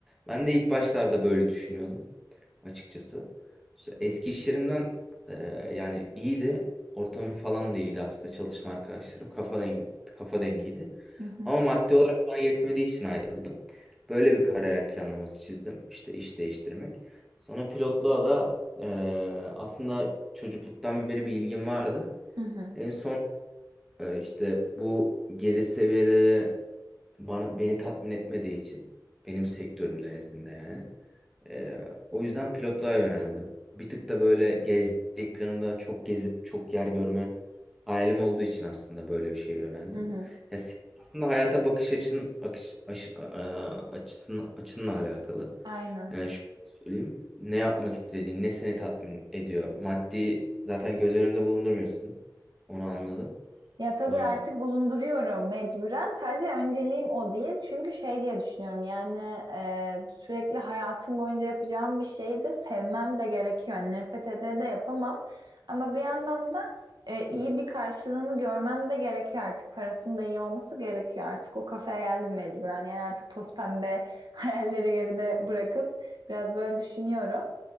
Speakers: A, in the centre; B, on the right.
A: Ben de ilk başlarda böyle düşünüyordum açıkçası. Eski iş yerimden e, yani iyiydi. Ortamım falan da iyiydi aslında çalışma arkadaşlarım. Kafa dengi, kafa dengiydi.
B: Hı hı.
A: Ama maddi olarak bana yetmediği için ayrıldım. Böyle bir kariyer planlaması çizdim. İşte iş değiştirmek. Sonra pilotluğa da e, aslında çocukluktan beri bir ilgim vardı.
B: Hı hı.
A: En son e, işte bu gelir seviyeleri bana beni tatmin etmediği için benim sektörümde en yani. Ee, o yüzden pilotluğa yöneldim. Bir tık da böyle gelecek planımda çok gezip çok yer görme hayalim olduğu için aslında böyle bir şeye yöneldim.
B: Hı hı.
A: Ya, se- aslında hayata bakış açın akış, aşı- a- açısın, açınla alakalı.
B: Aynen.
A: Ee, şöyle söyleyeyim. Ne yapmak istediğin, ne seni tatmin ediyor. Maddi zaten göz önünde bulundurmuyorsun. Onu anladım.
B: Ya tabii
A: Ee,
B: artık bulunduruyorum mecburen. Sadece önceliğim o değil. Çünkü şey diye düşünüyorum yani e, sürekli hayatım boyunca yapacağım bir şeyi de sevmem de gerekiyor. Yani nefret ede de yapamam. Ama bir yandan da e, iyi bir karşılığını görmem de gerekiyor artık. Parasının da iyi olması gerekiyor artık. O kafaya geldim mecburen. Yani artık toz pembe <laughs> hayalleri geride bırakıp biraz böyle düşünüyorum.